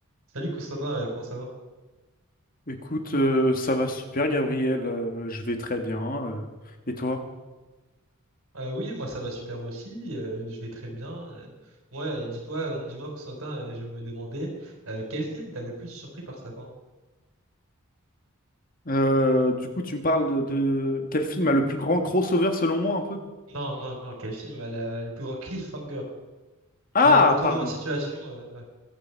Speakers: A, on the right; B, on the left.
A: Salut Constantin, euh, comment ça va?
B: Écoute, euh, ça va super, Gabriel. euh, je vais très bien. euh, et toi?
A: Euh, oui, moi ça va super aussi, euh, je vais très bien. euh. moi, euh, dis-toi, euh, dis-moi Constantin, euh, je me demandais euh, quel film t'a le plus surpris par sa fin?
B: Euh, du coup, tu me parles de, de- quel film a le plus grand crossover selon moi un peu?
A: Non, non, non, quel film a la- le plus grand cliffhanger?
B: Ah,
A: C'est un retournement
B: pardon.
A: de situation, euh, ouais,